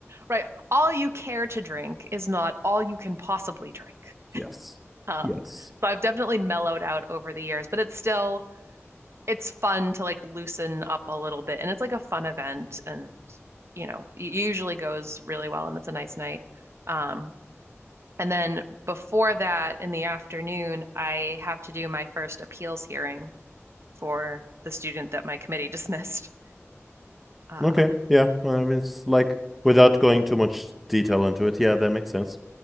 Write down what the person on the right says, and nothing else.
Right. All you care to drink is not all you can possibly drink.
Um,
so I've definitely mellowed out over the years, but it's still it's fun to like loosen up a little bit and it's like a fun event and you know, it usually goes really well and it's a nice night. Um, and then before that in the afternoon, I have to do my first appeals hearing for the student that my committee <laughs> dismissed. Um,